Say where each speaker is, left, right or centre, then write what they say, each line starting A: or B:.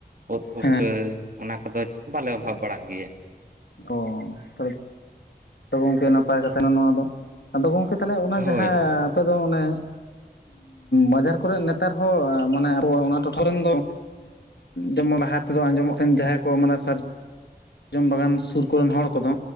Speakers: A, on the right; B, on the left.
A: ᱩᱫ ᱯᱩᱴᱠᱟᱹ
B: ᱦᱮᱸ
A: ᱚᱱᱟ ᱠᱚᱫᱚ ᱵᱟᱞᱮ ᱚᱵᱷᱟᱵ ᱵᱟᱲᱟᱜ ᱜᱮᱭᱟ
B: ᱚ ᱛᱟᱦᱞᱮᱫᱚ ᱛᱚ ᱜᱚᱢᱠᱮ ᱱᱟᱯᱟᱭ ᱠᱟᱛᱷᱟ ᱠᱟᱱᱟ ᱱᱚᱣᱟ ᱫᱚ ᱟᱫᱚ ᱜᱚᱢᱠᱮ ᱛᱟᱦᱚᱞᱮ ᱚᱱᱟ
A: ᱦᱳᱭ
B: ᱡᱟᱦᱟᱸ
A: ᱦᱳᱭ
B: ᱟᱯᱮ ᱫᱚ ᱚᱱᱮ ᱵᱟᱡᱟᱨ ᱠᱚᱨᱮ ᱱᱮᱛᱟᱨ ᱦᱚᱸ ᱢᱟᱱᱮ ᱟᱵᱚ ᱚᱱᱟ ᱴᱚᱴᱷᱟ ᱨᱤᱱ ᱫᱚ ᱡᱮᱢᱚᱱ ᱦᱟᱴ ᱨᱮᱫᱚ ᱟᱸᱡᱚᱢᱚᱜ ᱛᱟᱦᱮᱱ ᱡᱟᱦᱟᱸᱭ ᱠᱚ ᱢᱟᱱᱮ ᱥᱟᱨᱡ ᱥᱟᱨᱡᱚᱢ ᱵᱟᱜᱟᱱ <unintelligible> ᱥᱩᱨ ᱠᱚᱨᱮᱱ ᱦᱚᱲ ᱠᱚᱫᱚ